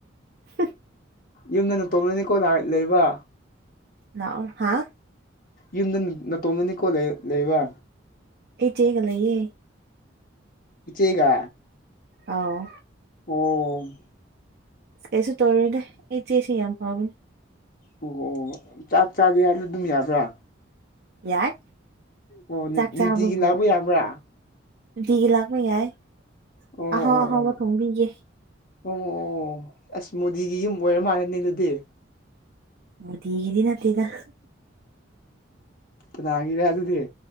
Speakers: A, on the right (about 50°); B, on the left (about 45°).
A: ꯍ
B: ꯌꯨꯝꯗꯅ ꯇꯣꯝꯅꯅꯤꯀꯣ ꯂꯥꯏ ꯂꯩꯕ
A: ꯂꯅꯥꯎ ꯍꯥ
B: ꯌꯨꯝꯗ ꯅꯇꯣꯝꯃꯅꯤꯀꯣ ꯂꯩꯕ꯭ꯔꯥ
A: ꯑꯩ ꯆꯦꯒ ꯂꯩꯌꯦ
B: ꯏꯆꯦꯒ
A: ꯑꯥꯎ
B: ꯑꯣ
A: ꯀꯩꯁꯨ ꯇꯧꯔꯨꯣꯏꯗꯦ ꯏꯆꯦꯁꯤ ꯌꯥꯝ ꯐꯥꯕꯅꯦ
B: ꯑꯣ ꯑꯣ ꯆꯥꯛ ꯆꯥꯒꯦ ꯍꯥꯏꯔꯗꯤ ꯑꯗꯨꯝ ꯌꯥꯕ꯭ꯔꯥ
A: ꯌꯥꯏ
B: ꯑꯣ ꯅꯨ
A: ꯆꯥꯛ
B: ꯅꯨꯡꯇꯤꯒꯤ
A: ꯆꯥꯕꯕꯨꯣ
B: ꯂꯥꯛꯄ ꯌꯥꯕ꯭ꯔꯥ
A: ꯅꯨꯡꯇꯒꯤ ꯂꯥꯛꯄ ꯌꯥꯏ
B: ꯑꯣ ꯑꯣ
A: ꯑꯍꯥꯎ ꯑꯍꯥꯎꯕ
B: ꯑꯣ
A: ꯊꯣꯡꯕꯤꯒꯦ
B: ꯑꯣ ꯑꯁ ꯃꯣꯗꯤꯒꯤ ꯌꯨꯝ ꯑꯣꯏꯔ ꯃꯥꯜꯂꯅꯤ ꯑꯗꯨꯗꯤ
A: ꯃꯗꯤ ꯍꯒꯗ ꯅꯠꯇꯗ
B: ꯑ ꯅꯪꯒꯤꯔꯥ ꯑꯗꯨꯗꯤꯦ